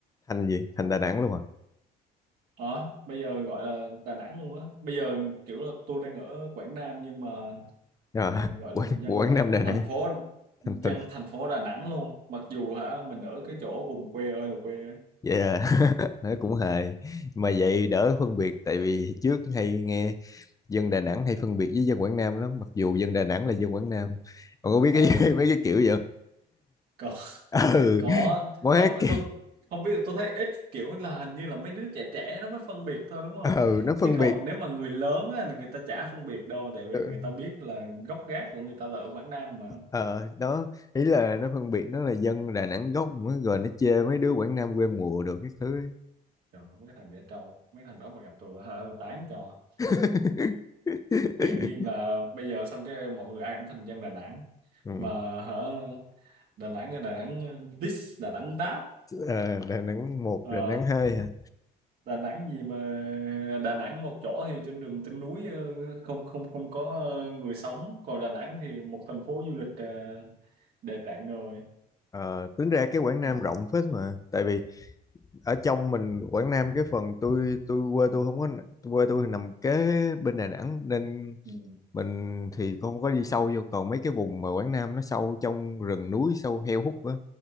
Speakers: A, on the left (about 20°); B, on the right (about 65°).
A: Thành gì? Thành Đà Nẵng luôn à?
B: ờ bây giờ gọi là Đà Nẵng luôn á bây giờ kiểu là tôi đang ở Quảng Nam nhưng mà
A: Ờ, <laughs>
B: ờ, gọi
A: Quảng,
B: là dân
A: Quảng
B: ờ,
A: Nam Đà Nẵng.
B: thành phố dân
A: Thành thành.
B: thành phố Đà Nẵng luôn mặc dù hả mình ở cái chỗ vùng quê ơi là quê á.
A: Vậy à? <laughs> Nói
B: ừ.
A: cũng hài. Mà vậy đỡ phân biệt tại vì trước hay nghe dân Đà Nẵng hay phân biệt với dân Quảng Nam lắm, mặc dù dân Đà Nẵng
B: Ừ.
A: là dân Quảng Nam. Ông có biết
B: ờ
A: cái <laughs> mấy cái kiểu vậy?
B: có <laughs>
A: ừ
B: có
A: Quá
B: không
A: kì,
B: tôi không biết tôi thấy ít kiểu là hình như là mấy đứa trẻ trẻ nó mới phân biệt thôi đúng không
A: ừ nó phân
B: chứ còn
A: biệt
B: nếu mà người lớn á, thì người ta chả phân biệt đâu tại vì
A: Ừ,
B: người ta biết là gốc gác của người ta là ở Quảng Nam mà
A: ờ đó ý là nó phân biệt nó là dân Đà Nẵng gốc mới rồi nó chê mấy đứa Quảng Nam quê mùa đồ các thứ ấy.
B: Trời, mấy cái thằng dễ trâu mấy thằng đó mà gặp tôi hả tôi tán cho
A: <laughs>
B: tự nhiên là bây giờ xong cái mọi người ai cũng thành dân Đà Nẵng
A: ừ.
B: mà hả Đà Nẵng Đà Nẵng this Đà Nẵng that
A: à, Đà Nẵng một
B: Ờ,
A: Đà Nẵng hai hả
B: Đà Nẵng gì mà Đà Nẵng một chỗ thì trên đường trên núi ờ, không không không có ờ, người sống còn Đà Nẵng thì một thành phố du lịch ờ, đẹp rạng ngời
A: Ờ, tính ra cái Quảng Nam
B: ừ.
A: rộng phết mà tại vì ở trong mình Quảng Nam cái phần tôi tôi quê tôi không có quê tôi thì nằm kế bên Đà Nẵng nên
B: Ừ.
A: mình thì không có đi sâu vô còn mấy cái vùng mà Quảng Nam nó sâu trong rừng núi sâu heo hút á